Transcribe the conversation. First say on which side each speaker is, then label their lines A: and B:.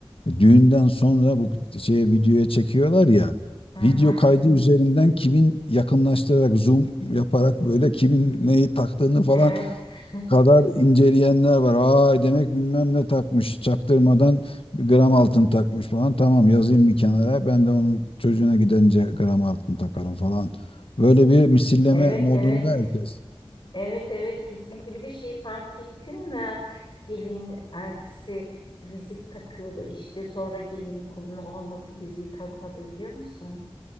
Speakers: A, on the left (about 75°); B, on the left (about 55°).
A: e, düğünden sonra bu şeye videoya çekiyorlar ya.
B: Hı
A: Video
B: hı.
A: kaydı üzerinden kimin yakınlaştırarak zoom yaparak böyle kimin neyi taktığını falan
B: Evet. <laughs>
A: kadar inceleyenler var. Aa demek bilmem ne takmış çaktırmadan bir gram altın takmış falan. Tamam yazayım bir kenara ben de onun çocuğuna gidince gram altın takarım falan. Böyle bir misilleme
B: Evet
A: modunda
B: evet.
A: herkes.
B: Evet evet kesinlikle. Bir de şeyi fark ettin mi? Gelin eltisi bilezik takıyordu işte sonra gelinin kolunu almadı bileziği takmadı biliyor musun?